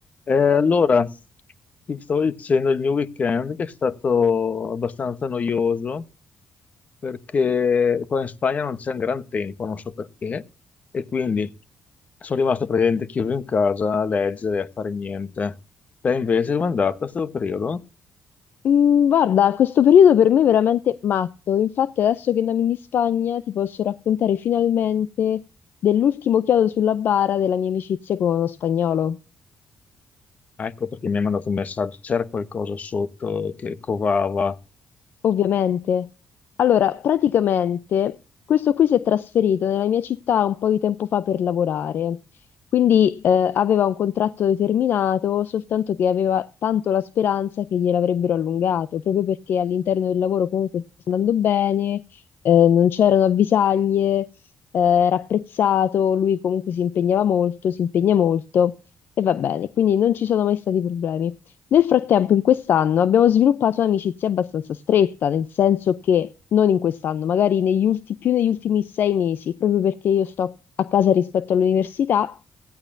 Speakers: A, on the left (about 40°); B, on the left (about 65°).
A: Eh, allora, ti stavo dicendo il mio weekend che è stato abbastanza noioso perché qua in Spagna non c'è un gran tempo, non so perché, e quindi sono rimasto praticamente chiuso in casa a leggere, a fare niente. Te invece come è andata questo periodo?
B: Mm, Guarda, questo periodo per me è veramente matto. Infatti, adesso che andiamo in Spagna, ti posso raccontare finalmente dell'ultimo chiodo sulla bara della mia amicizia con uno spagnolo.
A: Ah, Ecco perché mi hai mandato un messaggio, c'era qualcosa sotto che covava.
B: Ovviamente. Allora, praticamente questo qui si è trasferito nella mia città un po' di tempo fa per lavorare, quindi eh, aveva un contratto determinato, soltanto che aveva tanto la speranza che gliel'avrebbero allungato, proprio perché all'interno del lavoro comunque sta andando bene, eh, non c'erano avvisaglie, eh, era apprezzato, lui comunque si impegnava molto, si impegna molto e va bene, quindi non ci sono mai stati problemi. Nel frattempo, in quest'anno abbiamo sviluppato un'amicizia abbastanza stretta, nel senso che non in quest'anno, magari negli ulti- più negli ultimi sei mesi, proprio perché io sto a casa rispetto all'università,